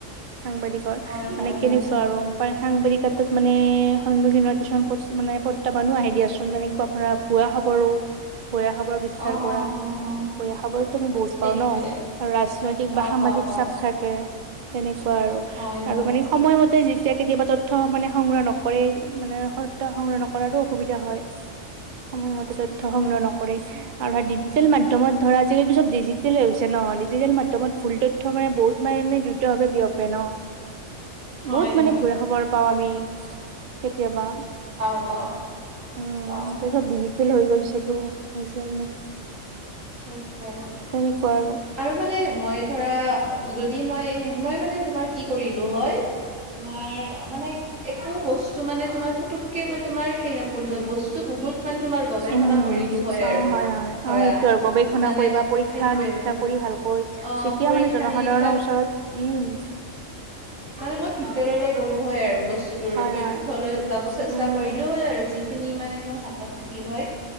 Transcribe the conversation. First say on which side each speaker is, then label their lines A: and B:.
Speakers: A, on the right; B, on the right.
A: সাংবাদিকৰ
B: হয় হয়
A: মানে কেনেকুৱা
B: হয়
A: আৰু
B: হয়
A: সাংবাদিক ত মানে সন্মুখীন হোৱা কিছুমান মানে প্ৰত্যাহ্বানো আহে দিয়াচোন মানে কৰবাৰ পৰা ভুৱা খবৰো বেয়া খবৰ বিস্তাৰ
B: অ
A: কৰা।
B: অ অ অ
A: বেয়া খবৰতো আমি বহুত
B: সেইটোৱে
A: পাওঁ ন আৰু ৰাজনৈতিক
B: পাও
A: বা সামাজিক
B: পাও পাও
A: চাপ থাকে তেনেকুৱা আৰু
B: হয় হয়
A: আৰু মানে সময়মতে যেতিয়া কেতিয়াবা তথ্য মানে সংগ্ৰহ নকৰেই মানে সত্য সংগ্ৰহ নকৰাতো অসুবিধা হয় সময় মতে তথ্য সংগ্ৰহ নকৰে আৰু ছচিয়েল মাধ্যমত ধৰা আজিকালিটো চব ডিজিটেল হৈছে ন ডিজিটেল মাধ্যমত ভুল তথ্য মানে বহুত মানে দ্ৰুত ভাৱে বিয়পে ন
B: হয়
A: বহুত মানে
B: হয়
A: ভুৱা খবৰ পাওঁ আমি কেতিয়াবা
B: পাও পাও
A: ওমম
B: পাও
A: চব ডিজিটেল হৈ গৈছেটো সেইকাৰণে
B: সেইটোৱে
A: তেনেকুৱা আৰু
B: আৰু মানে মই ধৰা যদি মই মই মানে তোমাৰ কি কৰিলো হয় তোমাৰ মানে একো বস্তু মানে তোমাৰ পুতুককে মই তোমাৰ হেৰি নকলোৱেই বস্তু বহুত। মানে তোমাৰ গৱেষণা
A: উম
B: কৰিলো হয়
A: অ
B: আৰু
A: হয় অ
B: ধৰা
A: সেইটো আৰু গৱেষণা
B: মানে
A: কৰিবা পৰীক্ষা
B: সেইটোৱে।
A: নিৰীক্ষা কৰি ভালকৈ
B: অ
A: তেতিয়া
B: পৰীক্ষা
A: মানে জনসাধাৰণৰ
B: নিৰীক্ষা
A: ওচৰত উম,
B: মানে মই ভিতৰলে গ'লো হয় আৰু বস্তুটোৰ
A: হয়
B: তথ্য
A: হয়
B: লৈ যাব চেষ্টা
A: উম
B: কৰিলোঁ হয় আৰু যি খিনি মানে মোৰ হাতত থাকিল হয়